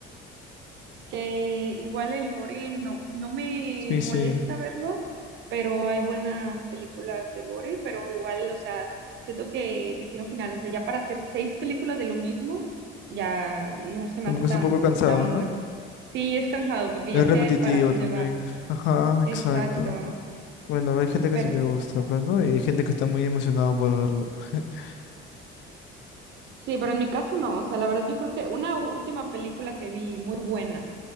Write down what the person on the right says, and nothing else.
que igual el gore no, no me
molesta
verlo, pero hay buenas películas de gore, pero igual, o sea, siento que Destino Final, o sea, ya para hacer seis películas de lo mismo, ya no se me
hace
tan,
tan
bueno. Sí, es cansado porque
ya sé
para dónde
va.
Exacto.
Pero
sí, pero en mi caso no, o sea, la verdad yo creo que una última película que vi muy buena,